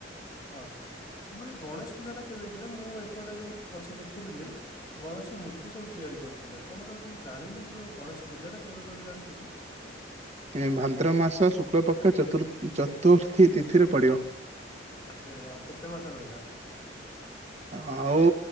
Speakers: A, on the left; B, on the right.
A: ଅହ ଆମର ଏଇ ଗଣେଶ ପୂଜାଟା କେବେ କିରେ ମୁଁ ଏପଟେ ଯୋଉ ଅଛି ଦେଖୁଥିଲି ଗଣେଶ ମୂର୍ତ୍ତି ସବୁ ତିଆରି କରୁଥୁଲେ ତ ମତେ ମୁଁ ଜାଣିନି କିନ୍ତୁ ଗଣେଶ ପୂଜାଟା କେବେ କହିଲୁ ଜାଣିଚୁ କି?
B: ଏ ଭାଦ୍ରବ ମାସ ଶୁକ୍ଳ ପକ୍ଷ ଚତୁର୍ ଚତୁର୍ଥୀ ତିଥିରେ ପଡିବ।
A: କେତେ ଆଉ ମାସେ ରହିଲା?
B: ଆଉ